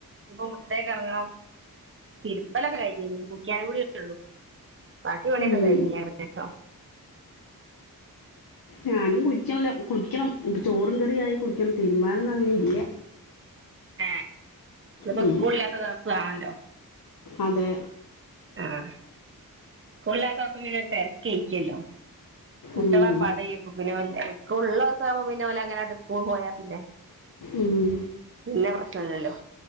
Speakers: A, on the right; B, on the left.
A: ഇപ്പൊ മുറ്റത്തേക്ക് ഇറങ്ങണം തിരുമ്പലൊക്കെ കഴിഞ്ഞു ഇനി കുളിക്കാൻക്കൂടിയുള്ളു ബാക്കി പണിയൊക്കെ
B: ഉം.
A: കഴിഞ്ഞു ഏകദേശം
B: ഞാനും കുളിക്കാണില്ല കുളിക്കണം ഇപ്പം ചോറും കറിയായി കുളിക്കണം തിര്മ്മാൻ ഒന്നും അങ്ങനെ ഇല്ല
A: ഹ ഇതിപ്പോ
B: ഉം.
A: സ്കൂൾളില്ലാത്ത ദിവസമാണല്ലോ
B: അതെ
A: ആ സ്കൂൾയില്ലാത്ത ദിവസം പിന്നെ തെരക്ക് ആയിരിക്കല്ലോ കുട്ടികൾ
B: ഉം.
A: ഒക്കെപ്പാടെ പിന്നെ വലിയാ സ്കൂൾ ഉള്ള ദിവസവുമ്പോ പിന്നെ ഓല് അങ്ങനെ സ്കൂൾ പോയാ പിന്നെ
B: ഉം.
A: പിന്നെ പ്രേശ്നയില്ലല്ലോ